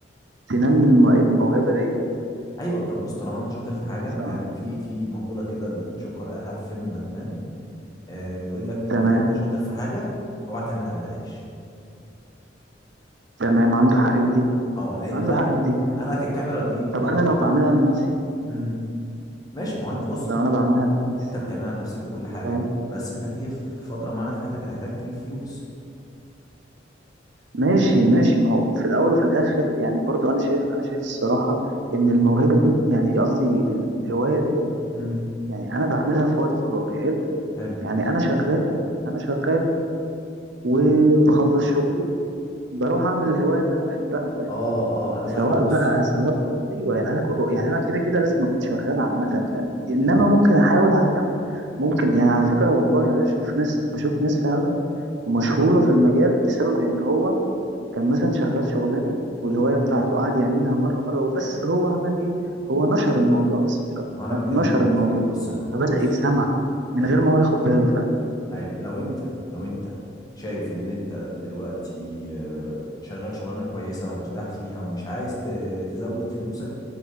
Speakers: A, on the right; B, on the left.
A: تنمي الم- الموهبه دي
B: ايوه طب بص طالما انت شاطر في حاجه
A: صح
B: يعني في في مقوله كده الجوكر قالها في فيلم باتمان آه بيقول لك
A: تمام
B: لو انت شاطر في حاجه اوعى تعملها ببلاش
A: تمام عنده حق في دي
B: اه لان
A: عنده
B: انا
A: حق في دي
B: انا كالكاميرا دي
A: طب
B: الاول
A: انا لو بعملها لنفسي
B: امم ماشي ما هو انت بص
A: لو انا بعملها لنفسي
B: انت بتعملها لنفسك وكل حاجه
A: فاهم
B: بس انت هتيجي في فتره معينه في حياتك هتحتاج تجيب فلوس
A: ماشي ماشي ما هو في الاول وفي الاخر يعني برضو انا شايف انا شايف الصراحه ان الموهبه دي يعني قصدي ال- الهوايه دي
B: امم
A: يعني انا بعملها في وقت فراغي حلو
B: حلو
A: يعني انا شغال انا شغال وبخلص شغلي بروح اعمل الهوايه اللي انا بحبها فاهم
B: اه اه انا فاهم
A: سواء
B: بص
A: بقى سواء ايوه يعني انا كو- يعني انا كده كده لازم اكون شغال عامه فاهم انما
B: ما
A: ممكن احاول على جنب ممكن يعني على فكره والله يعني اشوف ناس بشوف ناس فعلا مشهوره في المجال بسبب ان هو كان مثلا شغال شغلانه والهوايه بتاعته قعد يعملها مره مره وبس هو عمل ايه هو نشر الموضوع بس مش اكتر
B: ما انا
A: فاهم
B: بكلمك
A: نشر
B: بقى
A: الموضوع
B: في كده بص يا معلم
A: فبدا
B: بص
A: يتسمع من
B: ايوه
A: غير ما هو ياخد باله فاهم
B: ايوه لو انت لو انت شايف ان انت دلوقتي آه، شغال شغلانه كويسه ومرتاح فيها ومش عايز ت- تزود فلوسك